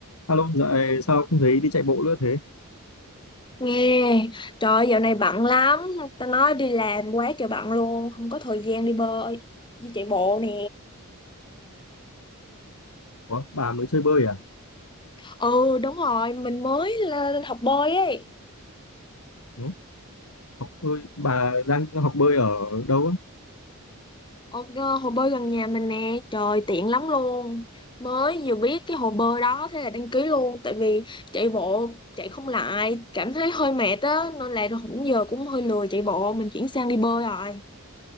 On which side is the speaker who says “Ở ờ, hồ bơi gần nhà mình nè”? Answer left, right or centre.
Left